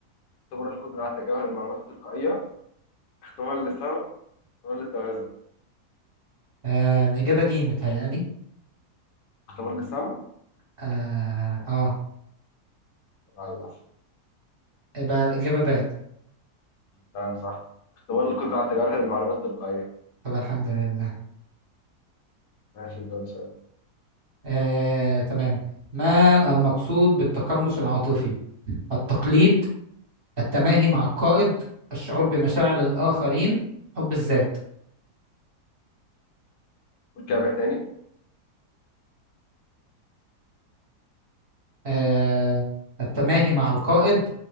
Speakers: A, on the left; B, on the right.
A: اختبار للقدرة على تجاهل المعلومات التلقائية اختبار للسمع اختبار للتوازن
B: آه الإجابة جيم متهيألي
A: اختبار للسمع
B: اه, آه.
A: لا للأسف
B: يبقى الإجابة باء
A: تمام صح اختبار القدرة على تجاهل المعلومات التلقائية
B: طب الحمد لله
A: ماشي انت قلت سؤال
B: آه، تمام ما المقصود بالتقمص العاطفي التقليد التماهي مع القائد الشعور بمشاعر الآخرين حب الذات
A: قول كده بقى تاني
B: آه، التماهي مع القائد